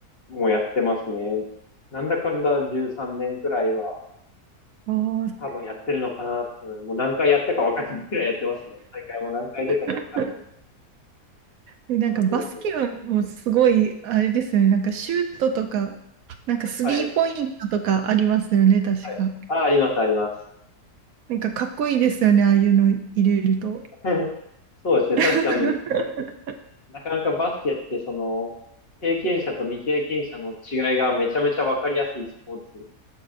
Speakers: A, on the left; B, on the right.
A: もうやってますね。なんだかんだ13年くらいは
B: ああー。
A: 多分やってるのかなっていうので、もう何回やったかわかんないくらいやってますね。大会も何回出たかわかんない。
B: <laughs> で、なんかバスケもすごい、
A: 楽しいですよね。
B: あれですよね。なんかシュートとか、なんかスリーポイントとかありますよね、
A: はい。
B: 確か。
A: はいあ、あります、あります。
B: なんかかっこいいですよね、ああいうの入れると。
A: <laughs> そうですね。確かに
B: <laughs>
A: なかなかバスケってその、経験者と未経験者の違いがめちゃめちゃわかりやすいスポーツ。